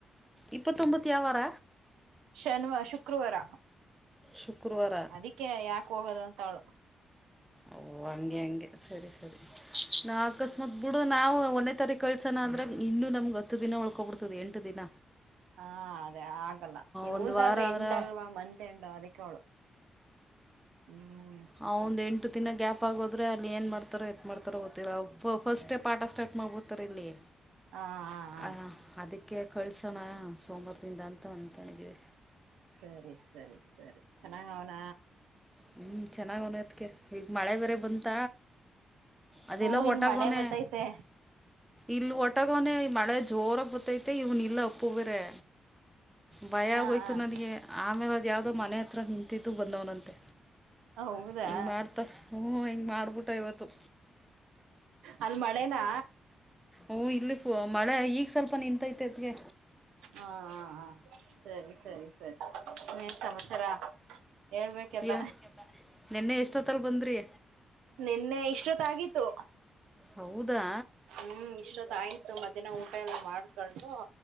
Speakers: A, in the centre; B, on the right.
A: ಇಪ್ಪತ್ತೊಂಬತ್ತು ಯಾವ ವಾರ
B: ಶನಿವಾರ, ಶುಕ್ ಶುಕ್ರವಾರ,
A: ಶುಕ್ರವಾರ
B: ಅದಕ್ಕೆ ಯಾಕೆ ಹೋಗೋದುಂ ಅವ್ಳು
A: ಓ ಹಂಗೆ ಹಂಗೆ ಸರಿ ಸರಿ, ನಾ ಅಕಸ್ಮಾತ್ ಬಿಡು ನಾವು ಒಂದೇ ತಾರೀಕ್ ಕಳ್ಸೋಣ ಅಂದ್ರೆ ಇನ್ನು ನಮ್ಗ್ ಹತ್ತು ದಿನ ಉಳ್ಕೋಬಿಡ್ತದೆ, ಎಂಟು ದಿನ.
B: ಹಾ ಅ ಆಗಲ್ಲ, ಈವಳ್ದಾದ್ರೆ
A: ಒಂದು ವಾರ ಅಂದ್ರೆ
B: ಎಂಡಲ್ವಾ ಮತ್ ಎಂಡು ಅದಕ್ಕೆ ಅವಳು. ಹ್ಮ್
A: ಅವ ಒಂದ್ ಎಂಟು ದಿನ ಗ್ಯಾಪ್ ಆಗೋದ್ರೆ ಅಲ್ಲಿ ಏನ್ ಮಾಡ್ತಾರ ಎತ್ ಮಾಡ್ತಾರ ಗೊತ್ತಿಲ್ಲ, ಅಪ್ಪಪ್ ಫಸ್ಟೇ ಪಾಠ ಸ್ಟಾರ್ಟ್ ಮಾಡ್ಬೋತಾರೆ ಇಲ್ಲಿ.
B: ಹಾ ಹಾ ಹಾ
A: ಅ ಅದಕ್ಕೆ ಕಳ್ಸೋಣ ಸೋಮವಾರದಿಂದ ಅಂತ ಒಂದ ತಣಗಿ
B: ಸರಿ ಸರಿ ಸರಿ. ಚೆನ್ನಾಗ್ ಅವ್ನ?
A: ಹ್ಮ್ ಚೆನ್ನಾಗವ್ನೆತ್ಗೆ, ಈಗ ಮಳೆ ಬೇರೆ ಬಂತ ಅದೆಲ್ಲೋ
B: ಹ್ಮ
A: ಒಂಟೋಗೋನೆ,
B: ಇಲ್ ಮಳೆ ಬತ್ತೈತೆ
A: ಇಲ್ ಒಂಟಗೋನೆ ಮಳೆ ಜೋರಾಗ್ ಬತ್ತೈತೆ, ಇವ್ನ ಎಲ್ಲ ಅಪ್ಪು ಬೆರೆ. ಭಯ
B: ಹಾ
A: ಹಾಗೋಯ್ತು
B: ಹ
A: ನನಗೆ, ಆಮೇಲೆ ಅದ್ ಯಾವುದೋ ಮನೆ ಹತ್ರ ನಿಂತ್ ಇದ್ದು ಬಂದವನಂತೆ.
B: ಹೌದಾ
A: ಹಿಂಗ್ ಮಾಡ್ತ ಹು ಹಿಂಗ ಮಾಡ್ಬಿಟ ಇವತ್ತು,
B: ಅಲ್ಲಿ ಮಳೆನಾ
A: ಹು ಇಲ್ಲಿ ಗೋ ಹಾ ಈಗ ಸ್ವಲ್ಪ ನಿಂತೈತೆ ಅತ್ಗೆ.
B: ಹಾ ಹಾ ಹಾ. ಸರಿ ಸರಿ ಸರಿ ಏನ್ ಸಮಾಚಾರ, ಹೇಳ್ಬೇಕೆಲ್ಲ.
A: ಏ ನಿನ್ನೆ ಎಷ್ಟೊತ್ತಲ್ಲಿ ಬಂದಿರಿ
B: ನಿನ್ನೆ ಇಷ್ಟೊತ್ತಾಗಿತ್ತು,
A: ಹೌದಾ
B: ಹ್ಮ ಆಯ್ತು ಮಧಹ್ನ ಊಟ ಎಲ್ಲ ಮಾಡ್ ಕಂಡು